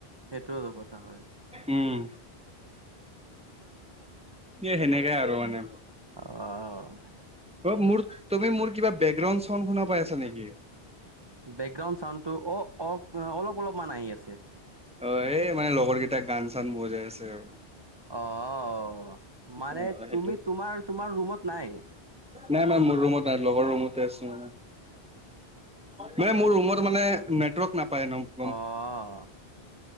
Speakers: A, on the right; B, in the centre.
A: সেইটোওতো কথা হয়।
B: উম, এ সেনেকাই আৰু মানে।
A: অ'।
B: অ' মোৰ তুমি মোৰ কিবা বেকগ্ৰাউণ্ড চাওণ্ড শুনা পাই আছা নেকি?
A: বেকগ্ৰাউণ্ড ছাউণ্ডটো অ' অ', অলপ অলপমান আহি আছে।
B: অ', এই মানে লগৰ কেইটা গান চান বজাই আছে আৰু।
A: অ'। মানে
B: অ সেইটো
A: তুমি তোমাৰ তোমাৰ ৰুমত নাই।
B: নাই মাই মোৰ ৰুমত নাই। লগৰ ৰুমতে আছো মানে। মানে মোৰ ৰুমত মানে নেটৱৰ্ক নাপায় একদম।
A: অহ